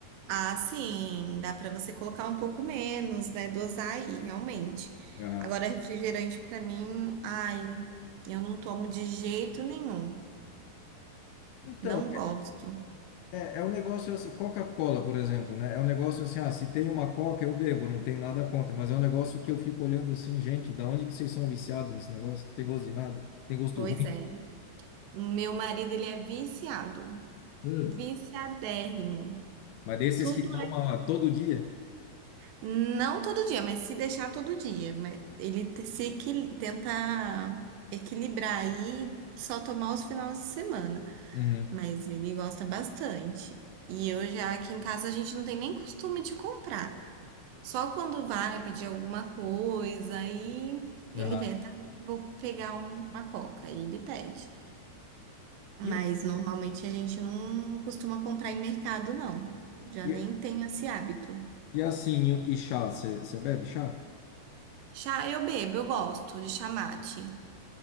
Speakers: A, on the right; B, on the left.
A: Ah, sim, dá para você colocar um pouco menos, né? Dosar aí, realmente.
B: Aham.
A: Agora, refrigerante para mim, ai, eu não tomo de jeito nenhum.
B: Então,
A: Não gosto.
B: é, é um negócio assim, Coca-Cola, por exemplo, né? É um negócio assim, ah, se tem uma Coca, eu bebo, não tenho nada contra, mas é um negócio que eu fico olhando assim, gente, da onde que vocês são viciados nesse negócio? Tem gosto de nada, tem gosto
A: Pois
B: ruim.
A: é. O meu marido, ele é viciado,
B: Hum.
A: viciadérrimo.
B: Mas desses
A: Tudo
B: que toma todo dia.
A: Não todo dia, mas se deixar todo dia. Mas ele te- se equi- tenta equilibrar aí, só tomar os finais de semana.
B: Uhum.
A: Mas ele gosta bastante. E eu já aqui em casa a gente não tem nem costume de comprar. Só quando vai pedir alguma coisa, aí ele
B: Aham.
A: vê, tá? Vou pegar um- uma coca. Aí ele pede. Mas
B: E, um-
A: normalmente a gente não costuma comprar em mercado, não. Já
B: e
A: nem tem esse hábito.
B: E assim, e e chá, você bebe chá?
A: Chá eu bebo, eu gosto de chamate.